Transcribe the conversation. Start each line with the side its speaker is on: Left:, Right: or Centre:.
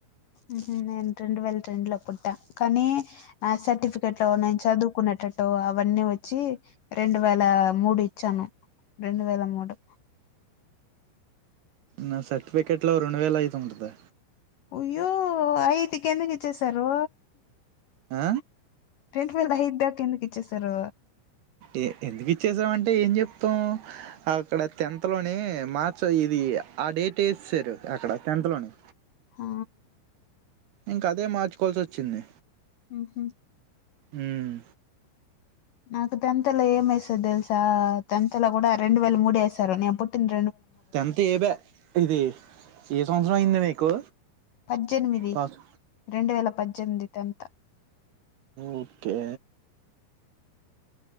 Left: మ్మ్ నేను రెండు వేల రెండు లో పుట్టా కానీ నా సర్టిఫికెట్ లో నేను చదువుకునేటట్ అవన్నీ వచ్చి రెండు వేల మూడు ఇచ్చాను రెండు వేల మూడు
Right: నా సర్టిఫికెట్ లో రెండు వేల అయిదు ఉంటది
Left: ఒయ్యో ఐదు కిందకి ఇచ్చేసారు
Right: ఆ
Left: ల్ ఐద్దాక ఎందుకు ఇచ్చేసారు
Right: ఎ ఎందుకు ఇచ్చేసామంటే ఏం చెప్తాం అక్కడ టెన్త్ లోనే మార్చ ఇది ఆ డేట్ వేసేసారు అక్కడ టెన్త్లోనే
Left: ఆ
Right: ఇంకా అదే మార్చుకోవాల్సి వచ్చింది
Left: మ్మ్ హ్మ్
Right: మ్మ్
Left: నాకు తెంత్ లో ఏమేసారు తెలుసా తెంత్ లో కూడా రెండు వేల మూడేసారు నేను పుట్టిన తే
Right: టెన్త్ ఏబ్యా ఇది ఏ సంవస్ ఏమైంది మీకు
Left: పజ్జెనిమిది
Right: పాస్?
Left: రెండు వేల పజ్జెన్మిది. Tenth
Right: okay.